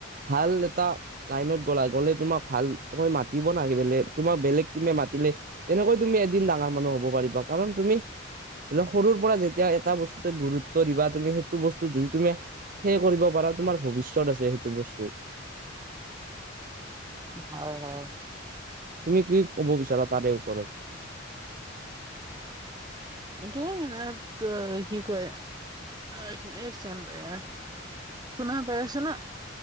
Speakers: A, on the right (about 45°); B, on the right (about 20°).
A: ভাল এটা লাইনত গ'লা গ'লে তোম ভাল তই মাতিব নাগে বেলে তোমাক বেলেগ টিমে মাতিলে তেনেকৈ তুমি এদিন ডাঙৰ মানুহ হ'ব পাৰিবা কাৰণ তুমি ধ, সৰুৰ পৰা যেতিয়া এটা বস্তুতে গুৰুত্ব দিবা তুমি সেইটো বস্তু যদি তুমি সেইয় কৰিব পাৰা তোমাৰ ভৱিষ্যয়ত আছে সেইটো বস্ত।
B: হয় হয়।
A: তুমি কি ক'ব বিচাৰা তাৰে ওপৰত।
B: <unintelligible> শুনা পাই আছে না।